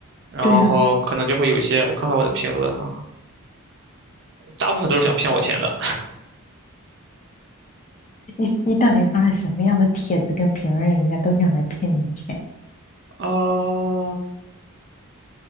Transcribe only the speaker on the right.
然后可能就会有一些，
我看看我的评论哈，大部分都是想骗我钱的。
啊，